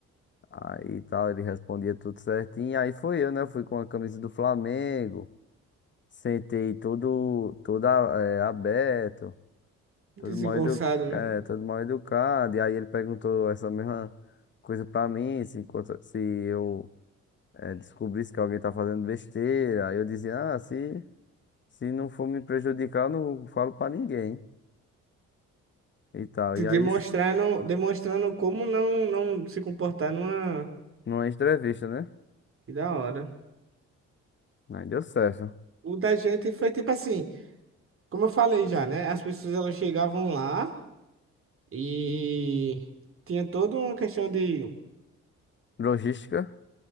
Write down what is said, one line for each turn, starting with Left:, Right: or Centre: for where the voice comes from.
Left: Aí tal, ele respondia tudo certinho. Aí foi eu, né? Fui com a camisa do Flamengo, sentei todo, todo a- é, aberto,
Right: Desengonçado,
Left: todo mal, edu,
Right: né?
Left: é, todo mal educado. E aí ele perguntou essa mesma coisa pra mim, se, enquanto- se eu é, descobrisse que alguém tá fazendo besteira. Aí eu dizia, ah, se, se não for me prejudicar, eu não falo pra ninguém e tal.
Right: Se
Left: E
Right: demonstrando,
Left: aí,
Right: demonstrando como não, não se comportar numa.
Left: numa entrevista, né?
Right: Que da hora.
Left: Aí deu certo.
Right: O da gente foi tipo assim, como eu falei já, né? As pessoas elas chegavam lá e tinha toda uma questão de
Left: Logística?